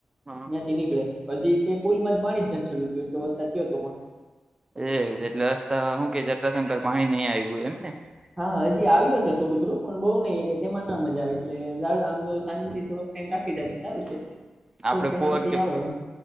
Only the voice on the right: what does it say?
હા
એ એટલે રસ્તા શું કે જતા
તા ને પાણી નહી આવ્યું એમને
આપડે
પોર
કે